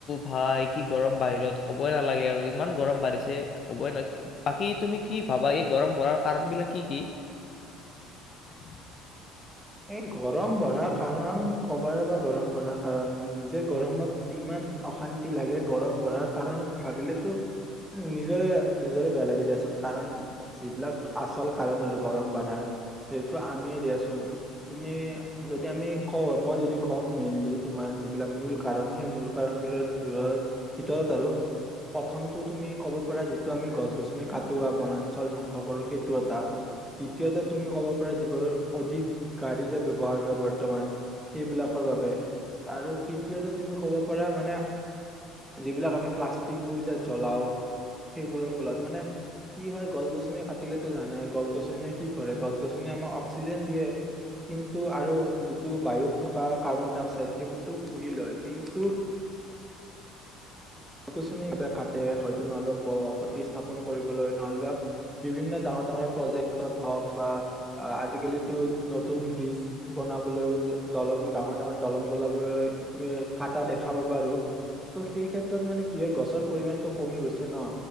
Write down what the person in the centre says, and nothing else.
এ গৰম বঢ়া কাৰণ কবাৰ বা গৰম বঢ়া কাৰণ নিজে গৰমত ইমান অশান্তি লাগে গৰম বঢ়াৰ কাৰণ ভাবিলেতো নিজৰে নিজৰে বেয়া লাগে দিয়াচোন কাৰণ যিবিলাক আচল কাৰণ আৰু গৰম বঢ়াৰ সেইটো আমি দিয়াচোন তুমি যদি আমি কওঁ মই যদি কওঁ মেইনলি তোমাৰ যিবিলাক মূল কাৰন সেই মূল কাৰন বিলৰ ভিতৰত আৰু প্ৰথমতটো তুমি ক'ব পাৰা যিটো আমি গছ গছনি কাটোবা বনাঞ্চল ধ্বংস কৰো সেইটো এটা দ্বিতীয়তে তুমি ক'ব পৰা যিবোৰ অধিক গাড়ী যে ব্যৱ্হাৰ হয় বৰ্তমান সেইবিলাকৰ বাবে আৰু তৃতীয়তে তুমি কব পাৰা মানে যিবিলাক আমি প্লাষ্টিক বোৰ যে জ্বলাও সেইবোৰৰ ফলত মানে কি হয় গছ গছনি কাটিলেতটো জানাই গছ গছনিয়ে কি কৰে গছ গছ গছনি আমাক অক্সিজেন দিয়ে কিন্তু আৰু যিটো বায়ুত থকা কাৰ্বন ডাই অক্সাইড সেইবোৰো শুহি লয় কিন্তু গছ গছনি ভাৱে কাটে হয়তো নহলেবা বসতি স্থাপন কৰিবলৈ নহলেবা বিভিন্ন ডাঙৰ ডাঙৰ প্ৰজেক্টত হওক বা আজিকালি নতুন ব্ৰিজ বনাবলৈও দলং ডাঙৰ ডাঙৰ দলং বনাবলৈ তুমি কটা দেখা পাবাৰ ত সেই ক্ষেত্ৰত মানে কি হয় গছৰ পৰিমানটো কমি গৈছে ন